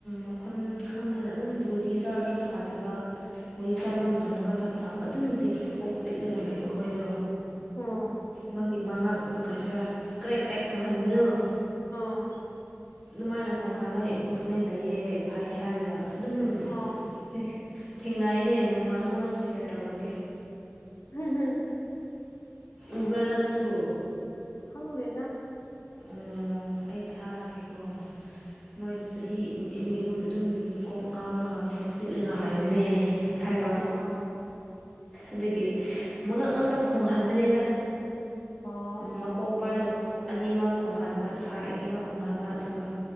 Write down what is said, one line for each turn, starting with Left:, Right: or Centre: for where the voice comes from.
Centre: ꯃꯐꯝ ꯈꯪꯗꯅ ꯑꯗꯨꯝ ꯒꯨꯂꯤ ꯆꯥꯔꯁꯨ ꯐꯗꯕ ꯃꯣꯏ ꯆꯥꯕ ꯃꯇꯝꯗ ꯉꯥꯛꯇ ꯐꯥꯕ ꯑꯗꯨꯝ ꯀꯣꯛ ꯆꯤꯛꯂꯒ ꯂꯩꯕ ꯑꯩꯈꯣꯏꯗꯣ
Left: ꯎꯝ
Centre: ꯃꯥꯒꯤ ꯃꯉꯛ ꯀꯔꯤꯁꯤꯔ ꯀ꯭ꯔꯦꯛ ꯀ꯭ꯔꯦꯛ ꯈꯣꯡꯍꯟꯕꯗꯨꯣ
Left: ꯑ
Centre: ꯑꯗꯨꯃꯥꯏꯅ ꯈꯣꯡ ꯍꯥꯜꯂꯒ ꯏꯝꯄ꯭ꯔꯨꯚꯃꯦꯟ ꯂꯩꯌꯦ ꯐꯩ ꯍꯥꯏꯔꯒ ꯑꯗꯨꯝ
Left: ꯑꯣ
Centre: ꯏꯁ ꯊꯦꯡꯅꯩꯅꯦ ꯅꯣꯡꯃ ꯅꯣꯡꯉꯣꯟꯗꯁꯨ ꯁꯦꯌꯔ ꯇꯧꯔꯛꯀꯦ
Left: ꯍꯝ ꯍꯝ
Centre: ꯎꯕ꯭ꯔꯥ ꯅꯪꯁꯨ
Left: ꯈꯪꯗꯦꯗ
Centre: ꯑꯣ ꯑꯩ ꯊꯥꯔꯛꯒꯦꯀꯣ ꯃꯣꯏꯗ ꯆꯍꯤ ꯅꯤꯅꯤ ꯑꯍꯨꯝ ꯑꯗꯨꯝ ꯀꯣꯛ ꯉꯥꯎꯔꯒ ꯀꯣꯛ ꯆꯤꯛꯂꯒ ꯂꯩꯕꯅꯦ ꯍꯥꯏꯕ
Left: ꯑꯣ
Centre: ꯑꯗꯨꯒꯤ ꯃꯉꯛ ꯉꯥꯛꯇ ꯈꯣꯡꯍꯟꯕꯅꯦꯗ
Left: ꯑꯣ ꯑꯣ
Centre: ꯃꯀꯣꯛ ꯄꯥꯏꯔꯒ ꯑꯅꯤꯃꯛ ꯈꯣꯡꯍꯟꯕꯁ ꯁꯥꯏꯠ ꯑꯅꯤꯃꯛ ꯈꯣꯡꯍꯟꯕ ꯑꯗꯨꯒ